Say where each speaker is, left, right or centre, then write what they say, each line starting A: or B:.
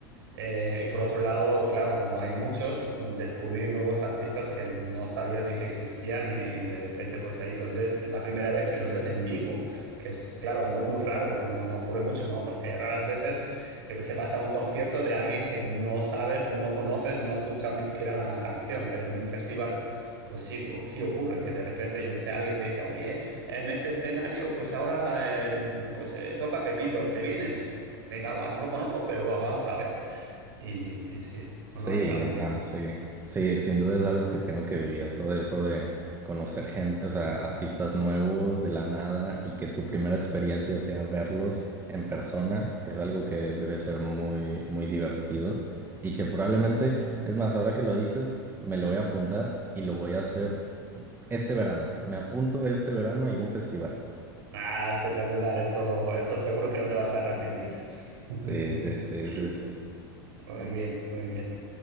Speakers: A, on the right; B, on the right.
A: Eh, y por otro lado, claro, como hay muchos, mm, descubrir nuevos artistas que no sabías ni que existían y, y de repente pues ahí los ves la primera vez y los ves en vivo, que es claro, algo muy raro, que no, no ocurre mucho, ¿no? Porque raras veces, yo que sé, vas a un concierto de alguien que no sabes, no conoces, no has escuchado ni siquiera una canción, pero en un festival... Pues sí, o- sí ocurre que de repente, yo que sé, alguien te dice, oye, en este escenario, pues ahora, eh, pues eh, toca Pepito, ¿te vienes? Venga, va, no lo conozco, pero va, vamos a ver. Y, y sí, no,
B: Sí,
A: no, está muy bien.
B: no, sí, sí, sin duda es algo que tengo que vivir, todo eso de conocer gente, o sea, artistas nuevos de la nada y que tu primera experiencia sea verlos en persona, es algo que debe ser muy, muy divertido y que probablemente, es más, ahora que lo dices, me lo voy a apuntar y lo voy a hacer este verano, me apunto este verano a ir a un festival.
A: Ah, espectacular, eso, eso seguro que no te vas a arrepentir. <laughs>
B: Sí, sí, sí, sí, sí,
A: Muy bien, muy bien.